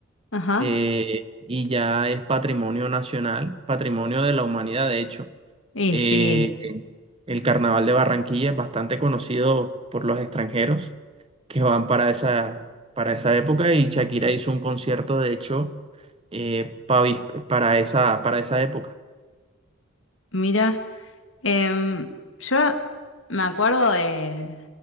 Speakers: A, on the left (about 80°); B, on the right (about 30°).
A: ajá.
B: eh, y ya es patrimonio nacional, patrimonio de la humanidad, de hecho.
A: Y
B: Eh,
A: sí,
B: el Carnaval de Barranquilla es bastante conocido por los extranjeros que van para esa, para esa época y Shakira hizo un concierto, de hecho, eh, pa vis- para esa, para esa época.
A: mira, em, yo me acuerdo de